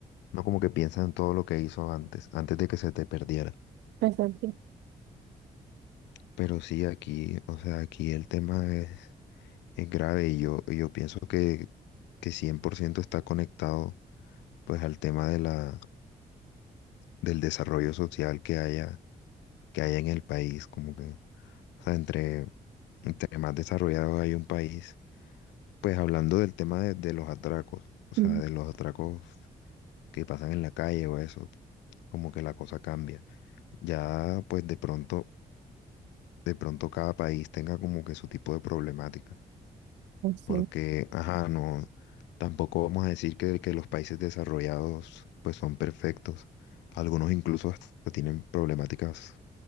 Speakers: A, on the left (about 85°); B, on the right (about 80°).
A: no como que piensa en todo lo que hizo antes, antes de que se te perdiera.
B: Exacto.
A: Pero sí, aquí, o sea, aquí el tema es, es grave y yo, y yo pienso que, que 100% está conectado pues al tema de la, del desarrollo social que haya, que haya en el país, como que, o sea, entre, entre más desarrollado hay un país, pues hablando del tema de, de los atracos, o sea,
B: Ujú.
A: de los atracos que pasan en la calle o eso, como que la cosa cambia. Ya pues de pronto, de pronto cada país tenga como que su tipo de problemática.
B: Pues sí.
A: porque, ajá, no, tampoco vamos a decir que, que los países desarrollados pues son perfectos. Algunos incluso hasta tienen problemáticas